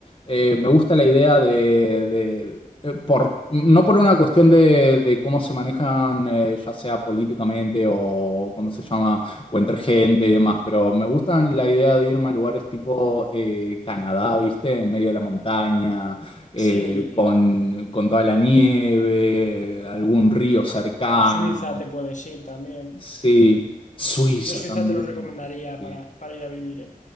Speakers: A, on the left; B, on the left.
A: Eh, me gusta la idea de, de- eh, por, no por una cuestión de, de cómo se manejan, eh, ya sea políticamente o cómo se llama, o entre gente y demás, pero me gustan la idea de irme a lugares tipo eh, Canadá, ¿viste? En medio de la montaña, eh,
B: Sí,
A: con, con toda la nieve, algún río cercano.
B: A Suiza te puedes ir también.
A: Sí, Suiza
B: Yo Suiza
A: también.
B: te lo recomendaría
A: sí, sí, sí.
B: para, para ir a vivir, ¿eh?